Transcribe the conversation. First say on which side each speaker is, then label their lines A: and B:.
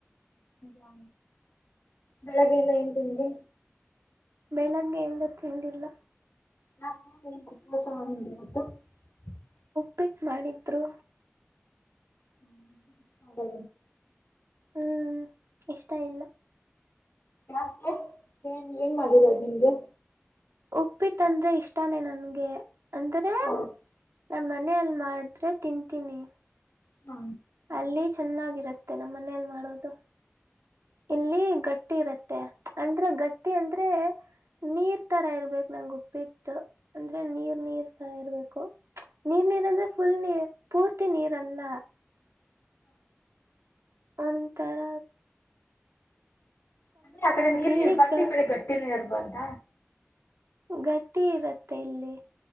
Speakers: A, on the left; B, on the right.
A: ಹಾ ಬೆಳಗಿನ ಏನ್ ತಿಂಡಿ
B: ಬೆಳಗ್ಗೆ ಎಂದ ತಿಂದಿಲ್ಲ
A: ನಾಸ ಮತ್ತು
B: ಪಿಟ್ ಮಾಡಿದ್ದರು
A: ಹ್ಮ ಹೌ
B: ಹ್ಮ್ ಇಷ್ಟ ಇಲ್ಲ
A: ಯಾಕೆ ಏನ್ ಏನ್ ಮಾಡರ ನಿಮಗೆ
B: ಉಪ್ಪಿಟ್ಟಂದ್ರೆ ಇಷ್ಟಾನೇ ನನ್ಗೆ ಅಂದ್ರೆ
A: ಹಾ
B: ನಮ್ಮ ಮನಲ್ ಮಾಡಿದ್ರೆ ತಿಂತೀನಿ
A: ಹಾ
B: ಅಲ್ಲಿ ಚೆನ್ನಾಗಿರುತ್ತೆ ನಮ್ಮ ಮನೇೆಯಲ್ಲಿ ಮಾಡೋದು. ಇಲ್ಲಿ ಗಟ್ಟಿ ಇರುತ್ತೆ ಅಂದ್ರೆ ಗಟ್ಟಿ ಅಂದ್ರೆ ನೀರ್ ತರ ಇರ್ಬೇಕು ನಂಗೆ ಉಪ್ಪಿಟ್ಟು ಅಂದ್ರೆ ನೀರ್ ನೀರ್ ತರ ಇರ್ಬೇಕು. ನೀರ್ ನೀರ ಅಂದ್ರೆ ಫುಲ್ ನೀ ಪೂರ್ತಿ ನೀರ್ ಅಲ್ಲ. ಒಂತರ.
A: ಅಂದ್ರೆ ಆ ಕಡೆ ನೀರು
B: ಇಲ್ಲಿ
A: ಇರ್ಬಾರ್ದು
B: ಗ
A: ಈ ಕಡೆ ಗಟ್ಟಿನೂ ಇರ್ಬಾರ್ದ.
B: ಗಟ್ಟಿ ಇರುತ್ತೆ ಇಲ್ಲಿ